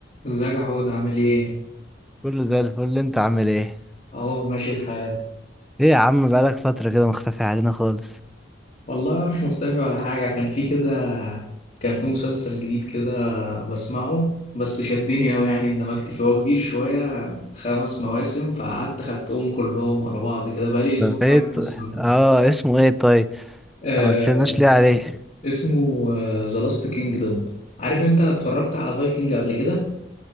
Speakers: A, on the left; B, in the centre.
A: ازيك يا حود عامل ايه؟
B: كله زي الفل انت عامل ايه
A: اهو ماشي الحال
B: ايه يا عم بقالك فترة كده مختفي علينا خالص
A: والله مش مختفي ولا حاجة كان في كده كان في مسلسل جديد كده بسمعه بس شدني أوي يعني اندمجت فيه هو كبير شوية خمس مواسم فقعدت خدتهم كلهم ورا بعض كده بقالي أسبوع
B: طب ايه
A: قاعد
B: ط...
A: بسمع فيه
B: اه اسمه ايه طيب
A: آه
B: ما قلتلناش ليه عليه
A: اسمه ذا لاست كينجدوم عارف انت اتفرجت على فايكنج قبل كده؟